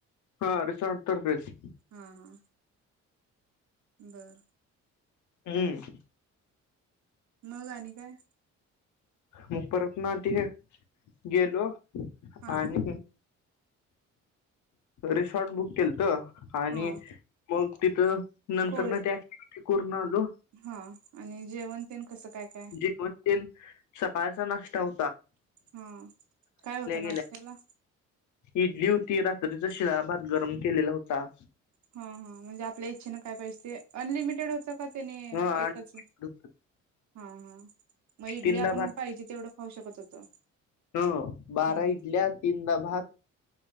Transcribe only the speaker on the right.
हा हा! बरं!
मग आणि काय.
हा
हा
होय
हा आणि जेवण तेन कसं काय? काय
हा काय होतं
नाष्ट्या ला?
ह ह म्हणजे आपल्या इच्छेनं काय पाहिजे ते, अनलिमिटेड होतं? का तेने
एकच. हा हा म इडली
आपण
पाहिजे तेवढं खाऊ शकत होतो.
हम्म